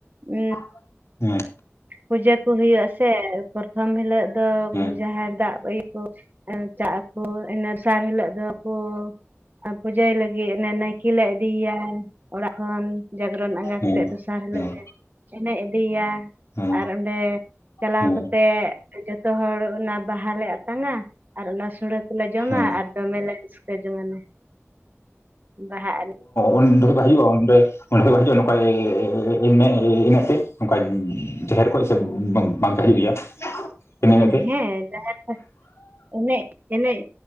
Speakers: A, on the right (about 40°); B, on the left (about 70°).
A: ᱦᱩᱸ
B: <unintelligible>
A: ᱯᱩᱡᱟᱹ ᱠᱚ ᱦᱩᱭᱩᱜ ᱟᱥᱮ ᱯᱚᱨᱛᱷᱚᱢ ᱦᱤᱞᱟᱹᱜ ᱫᱚ
B: ᱦᱮᱸ
A: ᱡᱟᱦᱮᱨ ᱫᱟᱵᱽ ᱤᱭᱟᱹᱠᱚ ᱪᱟᱜ ᱟᱠᱚ ᱤᱱᱟᱹ ᱫᱥᱟᱨ ᱦᱤᱞᱟᱹᱜ ᱫᱚᱠᱚ ᱟᱨ ᱯᱩᱡᱟᱹᱭ ᱞᱟᱹᱜᱤᱫ ᱚᱱᱮ ᱱᱟᱭᱠᱮ ᱞᱮ ᱤᱫᱤᱭ ᱭᱟ ᱚᱲᱟᱜ ᱠᱷᱚᱱ, ᱡᱟᱜᱽᱨᱚᱱ ᱟᱸᱜᱟ
B: ᱦᱮᱸ
A: ᱠᱟᱛᱮᱜ ᱫᱚᱥᱟᱨ ᱦᱤᱞᱳᱜ
B: ᱦᱮᱸ
A: ᱞᱮ ᱮᱱᱮᱡ ᱤᱫᱤᱭᱼᱟ᱾
B: ᱦᱮᱸ
A: ᱟᱨ ᱚᱸᱰᱮ ᱪᱟᱞᱟᱣ
B: ᱦᱮᱸ
A: ᱠᱟᱛᱮ ᱡᱚᱛ ᱡᱚᱛᱚ ᱦᱚᱲ ᱚᱱᱟ ᱵᱟᱦᱟᱞ ᱞᱮ ᱟᱛᱟᱝᱟ ᱟᱨ ᱚᱱᱟ ᱥᱳᱚᱲᱮ ᱡᱚᱢᱟ
B: ᱦᱮᱸ
A: ᱟᱨ ᱫᱚᱢᱮ ᱞᱮ ᱨᱟᱹᱥᱠᱟᱹ ᱡᱚᱝᱟᱱᱟ ᱵᱟᱦᱟᱜ ᱟᱞᱮ,
B: ᱩᱱᱦᱤᱞᱳᱜ ᱫᱚ ᱦᱩᱭᱩᱜᱼᱟ ᱚᱸᱰᱮ ᱚᱸᱰᱮ ᱠᱷᱚᱡ ᱦᱤᱡᱩᱜᱼᱟ ᱱᱚᱝᱠᱟ ᱮᱱ ᱮᱱᱮᱡ ᱛᱮ <unintelligible> ᱱᱚᱝᱠᱟ ᱡᱟᱦᱮᱨ <unintelligible> ᱠᱷᱡ ᱥᱮ ᱵᱟᱝ ᱛᱟᱦᱮᱸ ᱦᱤᱡᱩ ᱜᱮᱭᱟ ᱤᱱᱟᱹ
A: ᱦᱮᱸ
B: ᱠᱟᱛᱮ
A: ᱡᱟᱦᱮᱨ ᱠᱷᱚᱡ ᱮᱱᱮᱡ ᱮᱱᱮᱡ